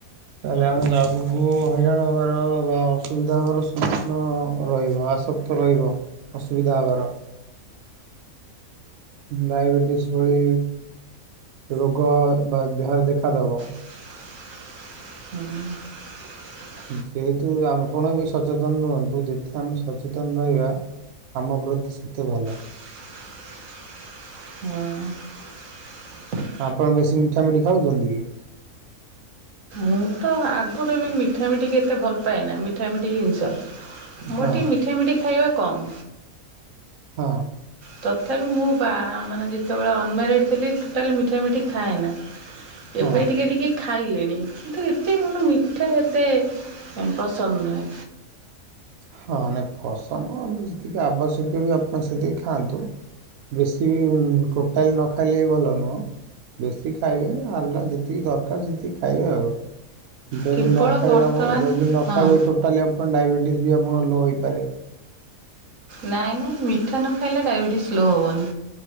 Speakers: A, on the right (about 75°); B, on the right (about 65°).
A: ତାହେଲେ ଆମକୁ ଆଗକୁ ହଇରାଣ ହେବାର ବା ଅସୁବିଧା ହେବାର ସମ୍ମୁଖୀନ ରହିବ। ଆସ ତ ରହିବ ଅସୁବିଧା ହେବାର। ଡାଇବେଟିସ୍ ଭଳି ରୋଗ ବା ଦେହରେ ଦେଖାଦେବ।
B: ହୁଁ।
A: ଯେହେତୁ ଆମପଣ ବି ସଚେତନ ରୁହନ୍ତୁ ଯେତେ ଆମେ ସଚେତନ ରହିବା ଆମ ପ୍ରତି ସେତେ ଭଲ।
B: ହୁଁ।
A: ଆପଣ ବେଶୀ ମିଠା ମିଠି ଖାଉଛନ୍ତି କି?
B: ମୁଁ ତ ଆଗରୁ ଏମି ମିଠା ମିଠି କି ଏତେ ଭଲ ପାଏନା। ମିଠା ମିଠି ଜିନିଷ ମୋର
A: ହଁ
B: ଟିକେ ମିଠା ମିଠି ଖାଇବା କମ୍।
A: ହଁ।
B: ତଥାପି ମୁଁ ବା ମାନେ ଯେତେବେଳେ ଅନମାରେଡ଼ ଥିଲି ଟୋଟାଲ୍ ମିଠା ମିଠି ଖାଏନା।
A: ହଁ
B: ଏବେ ଟିକେ ଟିକେ ଖାଇଲିଣି କିନ୍ତୁ ଏତେ ମୋର ମିଠା ଏତେ ପସନ୍ଦ ନୁହେଁ।
A: ହଁ ନାଇଁ ପସନ୍ଦ ନୁହଁ ଯେତିକି ଆବଶ୍ୟକୀୟ ବି ଆପଣ ସେତିକି ଖାଆନ୍ତୁ। ବେଶୀ ବି ଟୋଟାଲ ନ ଖାଇଲେ ବି ଭଲ ନୁହଁ। ବେଶୀ ଖାଇବେ ନି ଆଣ୍ଡା ଯେତିକି ଦରକାର ସେତିକି ଖାଇବେ ଆଉ। ଯଦି
B: କେବଳ
A: ନ ଖାଇବେ
B: ବର୍ତ୍ତମାନ
A: ଆପ ଯଦି ନ
B: ହଁ
A: ଖାଇବେ ଟୋଟାଲି ଆପଣ ଡାଇବେଟିସ୍ ବି ଆପଣ ଲୋ ହେଇପାରେ।
B: ନାଇଁ ନାଇଁ ମିଠା ନ ଖାଇଲେ ଡାଇବେଟିସ୍ ଲୋ ହବନି।